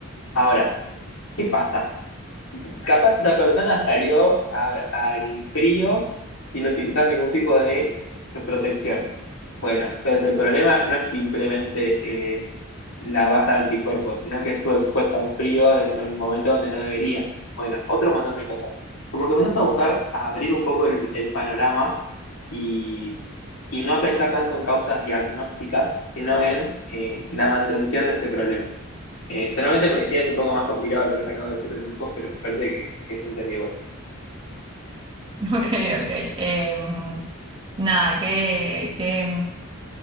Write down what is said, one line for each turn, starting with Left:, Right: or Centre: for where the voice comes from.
Left: Ahora, ¿qué pasa? capaz esa persona salió a- al frío sin utilizar ningún tipo de protección. Bueno, entonces el problema no es simplemente eh, la baja de anticuerpos, sino que estuvo expuesta a un frío en en un momento donde no debería. Bueno, otro montón de cosas. Como que empezás a buscar a abrir un poco el, el panorama y, y no a pensar tanto en causas diagnósticas, sino en eh, la mantención de este problema. Eh, solamente el medicina es un poco más complicado lo que te acabo de decir de Mocos, pero me parece que, que se entendió igual.
Right: <laughs> Ok, ok. Em, nada, qué, qué,